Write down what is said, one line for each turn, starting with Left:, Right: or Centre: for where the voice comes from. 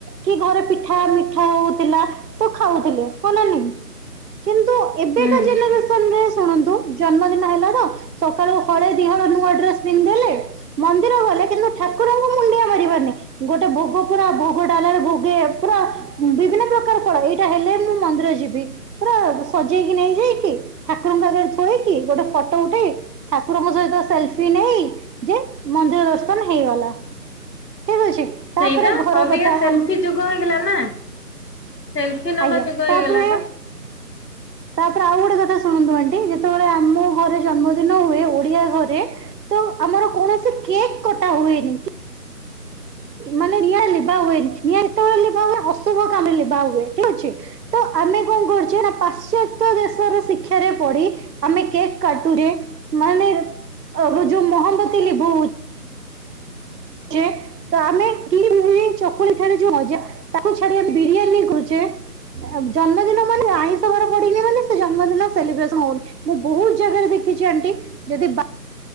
Right: କି ଘରେ ପି ପିଠା ମିଠା ହଉଥିଲା ତ ଖାଉଥିଲେ ହଁ ନା ନାହିଁ? କିନ୍ତୁ ଏବେକା
Left: ହୁଁ।
Right: ଜେନେସନରେ ଶୁଣନ୍ତୁ ଜନ୍ମଦିନ ହେଲା ତ ସକାଳୁ ହଳେ ଦିହଳ ନୂଆ ଡ୍ରେସ ପିନ୍ଧିଦେଲେ ମନ୍ଦିର ଗଲେ କିନ୍ତୁ ଠାକୁରଙ୍କୁ ମୁଣ୍ଡିଆ ମାରିବାର ନାହିଁ। ଗୋଟେ ଭୋଗ ପୁରା ଭୋଗ ଡାଲାରେ ଭୋଗେ ପୁରା ବିଭିନ୍ନ ପ୍ର ଫଳ ଏଇଟା ହେଲେ ମୁଁ ମନ୍ଦିର ଯିବି ପୁରା ସଜେଇକି ନେଇଯାଇକି ଠାକୁରଙ୍କ ଆଗ ରେ ଥୋଇ କି ଗୋଟେ ଫଟୋ ଉଠେଇ? ଠାକୁରଙ୍କ ସହିତ ସେଲଫି ନେଇ ଯେ ମନ୍ଦିର ଦର୍ଶନ ହେଇଗଲା। ଠିକ ଅଛି
Left: ସେଇବା
Right: ତାପରେ ଘର
Left: ଅବିକା
Right: କଥା
Left: ସେଲ୍ଫି
Right: ଆମ
Left: ଯୁଗ ହେଇଗଲା ନା ସେଲ୍ଫି ନବା
Right: ଆଜ୍ଞା
Left: ଯୁଗ ହେଇଗଲା
Right: ତାପରେ
Left: ବା।
Right: ତାପରେ ଆଉ ଗୋଟେ କଥା ଶୁଣନ୍ତୁ ଆଣ୍ଟି ଯେତେବେଳେ ଆମ ଘରେ ଜନ୍ମଦିନ ହୁଏ ଓଡିଆ ଘରେ ତ ଆମର କୌଣସି କେକ୍ କଟା ହୁଏନି। ମାନେ ନିଆଁ ଲିଭା ହୁଏନି ନିଆଁ କେତେବେଳେ ଲିଭା ହୁଏ ଅଶୁଭ କାମରେ ଲିଭା ହୁଏ ଠିକ ଅଛି। ତ ଆମେ କଣ କରୁଛେ ନା ପାଶ୍ଚାତ୍ୟ ଦେଶର ଶିକ୍ଷାରେ ପଡି ଆମେ କେକ୍ କାଟୁଛେ ମାନେ ଯୋଉ ମହମବତି ଲିଭଉ ଛେ ତ ଆମେ କି ଚକୁଲି ପିଠାରେ ଯୋଉ ମଜା ତାକୁ ଛାଡି ଆମେ ବିରିୟାନୀ କରୁଛେ। ଜନ୍ମଦିନ ମାନେ ଆଇଁଷ ବାର ପଡିନି ମାନେ ସେ ଜନ୍ମଦିନ ସେଲିବ୍ରେସନ ହଉନି। ମୁଁ ବହୁତ ଜାଗାରେ ଦେଖିଛି ଆଣ୍ଟି ଯଦି ବା